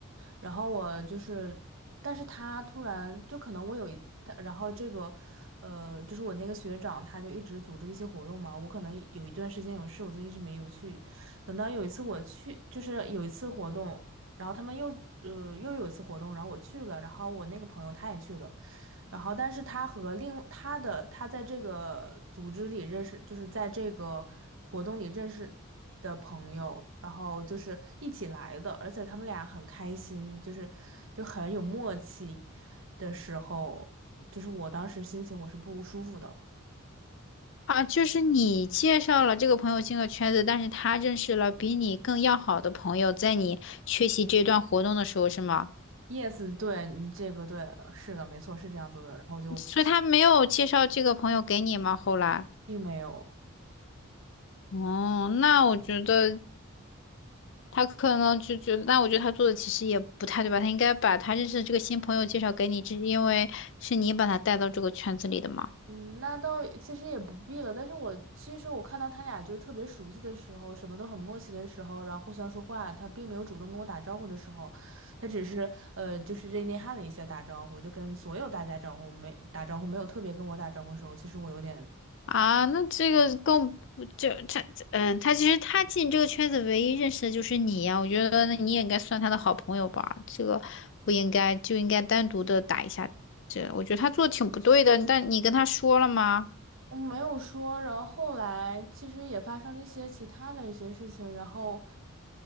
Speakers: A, on the right; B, on the left.
A: 然后我就是，但是他突然就可能我有一，他然后这个，呃，就是我那个学长他就一直组织一些活动嘛，我可能有一段时间有事，我就一直没有去，等到有一次我去，就是有一次活动。然后他们又呃又有一次活动，然后我去了，然后我那个朋友他也去了，然后但是他和另他的他在这个组织里认识，就是在这个活动里认识的朋友，然后就是一起来的，而且他们俩很开心，就是就很有默契的时候，就是我当时心情我是不舒服的。
B: 啊，就是你介绍了这个朋友进了圈子，但是他认识了比你更要好的朋友，在你缺席这段活动的时候，是吗？
A: Yes，对你这个对，是的，没错，是这样子的，然后就
B: 所以他没有介绍这个朋友给你吗？后来，
A: 并没有。
B: 哦，那我觉得他可能就觉得，那我觉得他做的其实也不太对吧？他应该把他认识的这个新朋友介绍给你，这因为是你把他带到这个圈子里的嘛。
A: 嗯，那倒其实也不必了。但是我其实我看到他俩就是特别熟悉的时候，什么都很默契的时候，然后互相说话，他并没有主动跟我打招呼的时候，他只是呃就是热内涵了一下打招呼，就跟所有大家招呼没打招呼，没有特别跟我打招呼的时候，其实我有点
B: 啊，那这个更不就他，嗯，他其实他进这个圈子唯一认识的就是你呀、我觉得那你也应该算他的好朋友吧，这个不应该就应该单独的打一下，这我觉得他做的挺不对的，但你跟他说了吗？
A: 我没有说，然后后来其实也发生了一些其他的一些事情，然后